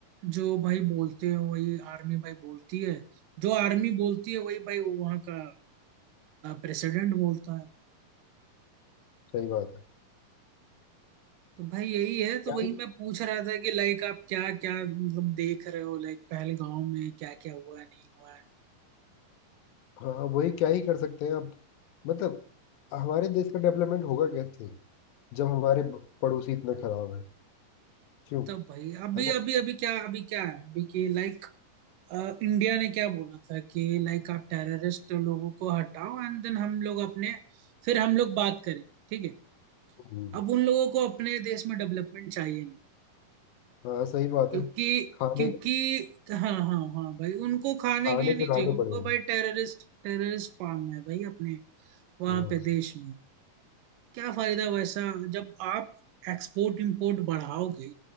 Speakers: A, on the right; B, on the left.
A: जो भाई बोलते हैं वही आर्मी भाई बोलती है जो आर्मी बोलती है वही भाई वहां का प्रेसिडेंट बोलता है
B: सही बात है
A: तो भाई यही है तो
B: क्या
A: वही
B: ही-
A: मैं पूछ रहा था कि लाइक आप क्या क्या मतलब देख रहे हो लाइक पहलगांव में क्या क्या हुआ है नहीं हुआ है
B: हाँ हाँ, वही क्या ही कर सकते हैं अब मतलब हमारे देश का डेवलपमेंट होगा कैसे जब हमारे ब- पड़ोसी इतने खराब हैं क्यों
A: तब भाई अभी
B: अगर
A: अभी अभी क्या अभी क्या है अभी कि लाइक इंडिया ने क्या बोला था कि लाइक आप टेररिस्ट लोगों को हटाओ एंड देन हम लोग अपने फिर हम लोग बात करेंगे ठीक है
B: हम्म,
A: अब उन लोगों को अपने देश में डेवलपमेंट चाहिए नहीं
B: हाँ सही बात
A: क्योंकि
B: है खाने
A: क्योंकि हाँ हाँ हाँ भाई उनको खाने
B: खाने
A: के लिए नहीं
B: के
A: चाहिए
B: लाले
A: उनको
B: पड़े हैं
A: भाई टेररिस्ट टेररिस्ट पालना है भाई अपने वहां
B: हाँ
A: पे देश में क्या फायदा वैसा जब आप एक्सपोर्ट इंपोर्ट बढ़ाओगे